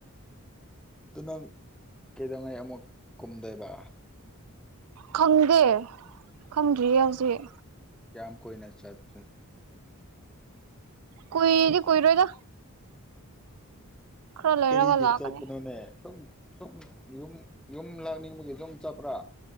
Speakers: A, in the centre; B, on the right (about 80°).
A: ꯑꯗꯨ ꯅꯪ ꯀꯩꯗꯧꯉꯩ ꯑꯃꯨꯛ ꯀꯨꯝꯗꯣꯏꯕ꯫
B: ꯈꯪꯗꯦ ꯈꯪꯗ꯭ꯔꯤꯌꯦ ꯍꯧꯖꯤꯛ꯫
A: ꯌꯥꯝ ꯀꯣꯏꯅ ꯆꯠꯇꯨꯅꯦ
B: ꯀꯨꯏꯗꯤ ꯀꯨꯏꯔꯣꯏꯗ ꯈꯔ ꯂꯩꯔꯒ
A: ꯀꯔꯤꯒꯤ
B: ꯂꯥꯛꯀꯅꯤ
A: ꯆꯠꯄꯅꯣꯅꯦ ꯁꯨꯝ ꯁꯨꯝ ꯌꯨꯝ꯫ ꯌꯨꯝ ꯂꯥꯛꯅꯤꯡꯕꯒꯤ ꯌꯨꯝ ꯆꯠꯄ꯭ꯔꯥ꯫